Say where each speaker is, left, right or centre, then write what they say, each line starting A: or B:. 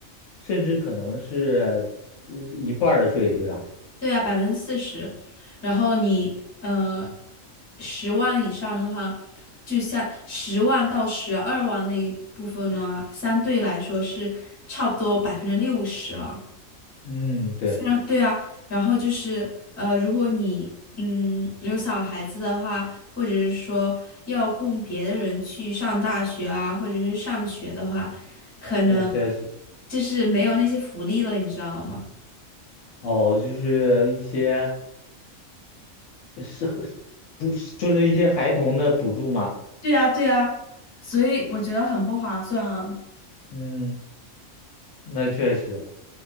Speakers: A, on the left; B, on the left.
A: 甚至可能是呃一半儿的税，对吧？
B: 对啊，百分之四十，然后你呃十万以上的话，就像十万到十二万那一部分呢，相对来说是差不多百分之六十了。
A: 嗯，对，
B: 然后对啊，然后就是呃，如果你嗯有小孩子的话，或者是说要供别的人去上大学啊，或者是上学的话，可能
A: 那确实。
B: 就是没有那些福利了，你知道吗？
A: 哦，就是一些。是不是就是一些孩童的补助嘛？
B: 对啊，对啊，所以我觉得很不划算啊。
A: 嗯，那确实，